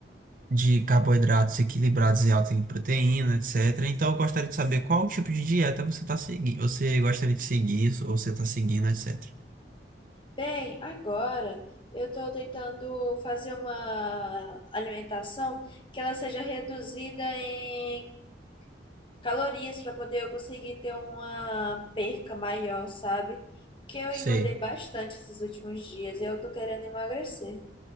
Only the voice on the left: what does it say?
Bem, agora eu estou tentando fazer uma alimentação que ela seja reduzida em calorias para poder eu conseguir ter uma perca maior, sabe? Porque eu
engordei bastante esses últimos dias e eu tô querendo emagrecer.